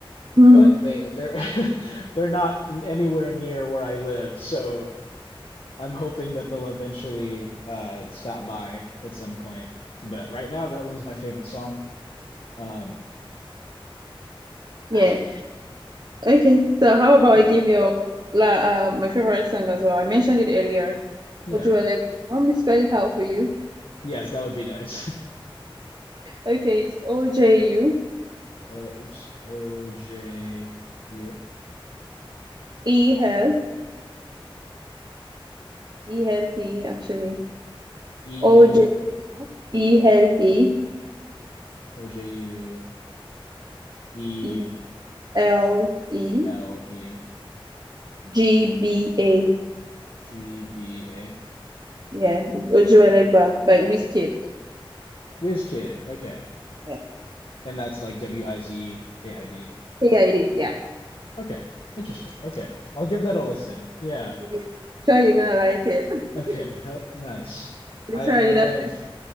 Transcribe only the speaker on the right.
hmm
Yeah.
Okay. So how about
I give you like uh, my favorite song as well? I mentioned it earlier.
Ojuele. You want me to spell it out for you? <laughs>
Okay, it's O J U
E L E L E actually.
O J U E L E
E L E
G B A.
Yeah, it's Ojuelegba by Wizkid.
Yeah.
K I D. Yeah.
Yeah. Sure, you're gonna like it. <laughs>
We
try
it
after.